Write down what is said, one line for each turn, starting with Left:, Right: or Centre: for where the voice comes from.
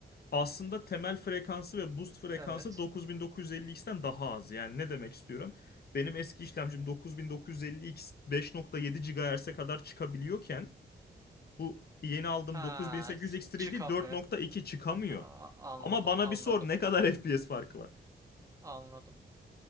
Left: Aslında temel frekansı ve boost frekansı
Right: Evet.
Left: 9950X'ten daha az. Yani ne demek istiyorum? Benim eski işlemcim 9950X 5.7 GHz'e kadar çıkabiliyorken bu yeni aldığım
Right: Ha,
Left: 9800X
Right: s-
Left: 3D
Right: çıkamıyor.
Left: 4.2 çıkamıyor.
Right: Aa, anladım,
Left: Ama bana
Right: anladım,
Left: bir sor ne kadar FPS farkı var?
Right: anladım.